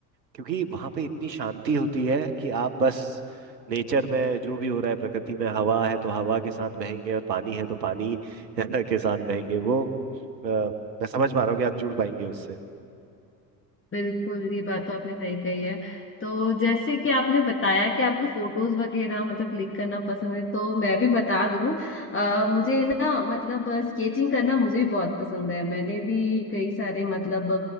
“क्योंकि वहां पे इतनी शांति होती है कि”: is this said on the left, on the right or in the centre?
Right